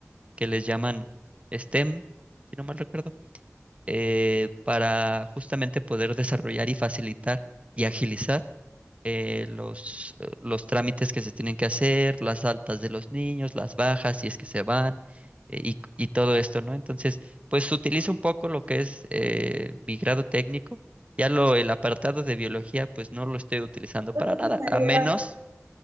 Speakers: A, on the right (about 25°); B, on the right (about 65°).
A: que les llaman STEM, si no mal recuerdo eh, para justamente poder desarrollar y facilitar y agilizar eh, los, eh, los trámites que se tienen que hacer, las altas de los niños, las bajas, si es que se van, eh, y, y todo esto, ¿no? Entonces, pues utilizo un poco lo que es eh, mi grado técnico. Ya lo, el apartado de biología, pues no lo estoy utilizando
B: ¿No
A: para
B: te gustaría?
A: nada, a menos,